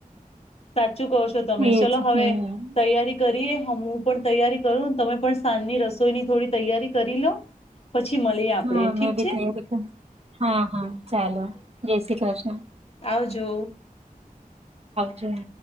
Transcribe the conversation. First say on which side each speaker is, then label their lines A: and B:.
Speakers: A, on the left; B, on the right.
A: સાચ ચૂ કહો છો તમે
B: એજ
A: ચલો હવે
B: હમ
A: તૈયારી કરીએ હવે પણ તૈયારી કરો તમે પણ સાંજની રસોઈની થોડી તૈયારી કરી લો. પછી મળીએ આપણેે
B: હા
A: ઠીક
B: મે બી
A: છે
B: તૈયારી કર. હા હા ચાલો જય શ્રી કૃષ્ણ.
A: આવજો.
B: જમ